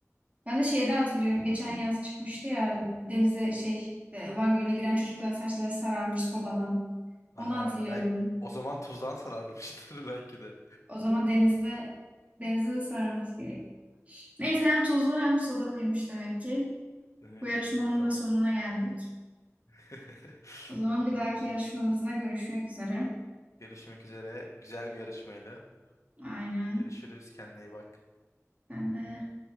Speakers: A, on the right; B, on the left.
A: Ben de şeyden hatırlıyorum. Geçen yaz çıkmıştı ya denize şey e, Van Gölü'ne giren çocukların saçları sararmış sodadan. Onu
B: Aha.
A: hatırlıyorum.
B: Belki, o zaman tuzdan sararmıştır <laughs> belki de.
A: O zaman denizde denizde de sararması gerek. Neyse hem tuzlu hem sodalıymış demek ki.
B: Peki,
A: Bu yarışmanın
B: tamam.
A: da sonuna geldik.
B: <laughs>
A: O zaman bir
B: Tamamdır.
A: dahaki yarışmamızda görüşmek üzere.
B: Görüşmek üzere. Güzel bir yarışmaydı.
A: Aynen.
B: Görüşürüz. Kendine iyi bak.
A: Ben de